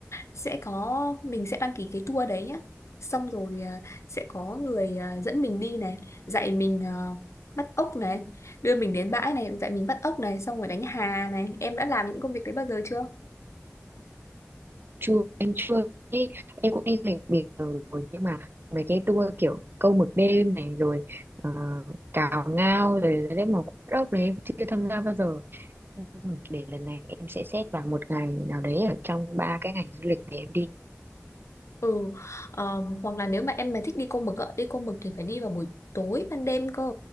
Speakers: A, on the left; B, on the right.
A: sẽ có mình sẽ đăng ký cái tour đấy nhá xong rồi ờ, sẽ có người ờ, dẫn mình đi này dạy mình ờ, bắt ốc này đưa mình đến bãi này dạy mình bắt ốc này xong rồi đánh hà này em đã làm những công việc đấy bao giờ chưa
B: chưa em chưa đi em cũng đi du lịch biển rồi nhưng mà mấy cái tour kiểu câu mực đêm này rồi ờ, cào ngao rồi đấy mò cua ốc này em chưa tham gia bao giờ ừ, để lần này em sẽ xét vào một ngày nào đấy ở trong ba cái ngày du lịch để em đi
A: Ừ, ờ, hoặc là nếu mà em mà thích đi câu mực ạ đi câu mực thì phải đi vào buổi tối ban đêm cơ.